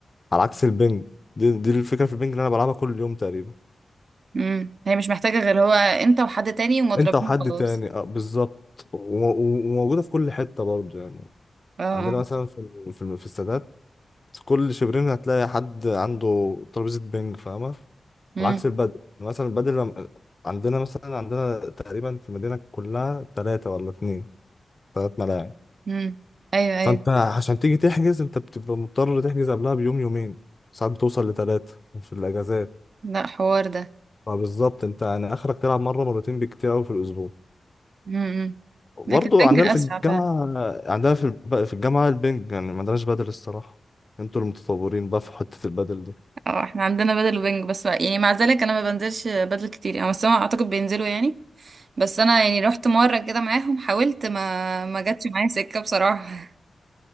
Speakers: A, on the left; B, on the right.
A: على عكس البنج دي, دي الفكرة في البنج اللي أنا بلعبها كل يوم تقريبا
B: امم هي مش محتاجه غير هو انت وحد تاني ومضربين
A: انت وحد
B: خلاص
A: تاني اه بالظبط و- و- وموجوده في كل حته برضه يعني
B: اه
A: عندنا
B: اه
A: مثلا في ال- في الم- في السادات كل شبرين هتلاقي حد عنده ترابيزه بينج فاهمه
B: امم
A: على عكس البدل مثلا البدل لم- عندنا مثلا عندنا تقريبا في المدينه كلها ثلاثه ولا اثنين ثلاث ملاعب
B: امم ايوه ايوه
A: فانت عشان تيجي تحجز انت بتبقى مضطر تحجز قبلها بيوم يومين ساعات بتوصل لثلاثه في الاجازات
B: لا حوار ده
A: فبالظبط انت يعني اخرك تلعب مره مرتين بكتير قوي في الاسبوع
B: امم امم.
A: برضه
B: لكن البنج
A: عندنا
B: اسرع
A: في الجامعة
B: فعلا
A: عندنا في الب... في الجامعة البنج يعني ما عندناش بدل الصراحة انتوا المتطورين بقى في حتة البدل دي
B: اه احنا عندنا بدل وبنج بس يعني مع ذلك انا ما بنزلش بدل كتير يعني بس هم اعتقد بينزلوا يعني بس انا يعني رحت مره كده معاهم حاولت ما ما جاتش معايا سكه بصراحه